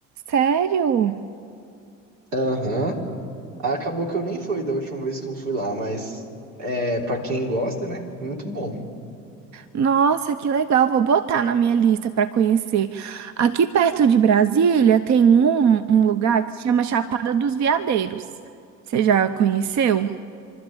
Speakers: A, on the right; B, on the right.
A: Sério?
B: Aham. Aí Acabou que eu nem fui da última vez que eu fui lá, mas é, para quem gosta, né? Muito bom.
A: Nossa, que legal. Vou botar na minha lista para conhecer. Aqui perto de Brasília tem um, um lugar que se chama Chapada dos Veadeiros. Você já conheceu?